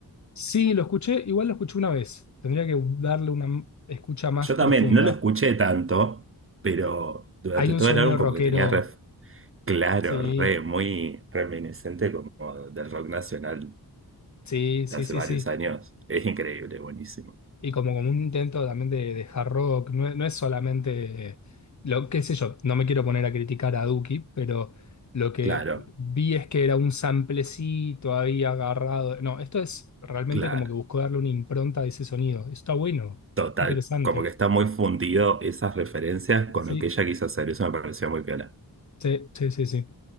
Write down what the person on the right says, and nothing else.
Yo
también no lo escuché tanto, pero durante
todo
el álbum como
que tenía ref- Claro,
re, muy reminiscente como del rock nacional.
hace
varios
años. Es increíble, buenísimo.
Claro,
claro.
Total,
como que está muy fundido esas referencias con
lo que ella quiso hacer. Eso me pareció muy piola.